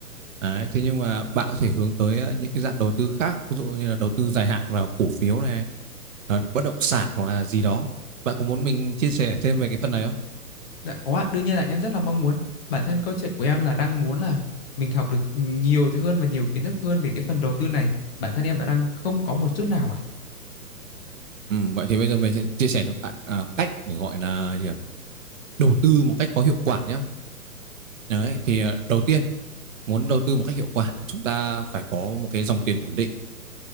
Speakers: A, on the right; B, on the left.
A: Đấy, thế nhưng mà bạn có thể hướng tới ờ, những cái dạng đầu tư khác, ví dụ như là đầu tư dài hạn vào cổ phiếu này, ờ, bất động sản hoặc là gì đó. Bạn có muốn mình chia sẻ thêm về cái phần này không?
B: dạ có ạ đương nhiên là em rất là mong muốn bản thân câu chuyện của em là đang muốn là mình học được nhiều thứ hơn và nhiều kiến thức hơn về cái phần đầu tư này bản thân em đã đang không có một chút nào ạ
A: Ừ, vậy thì bây giờ mình sẽ chia sẻ cho bạn à, cách để gọi là gì ạ? đầu tư một cách có hiệu quả nhé. Đấy, thì ờ, đầu tiên muốn đầu tư một cách hiệu quả thì chúng ta phải có một cái dòng tiền ổn định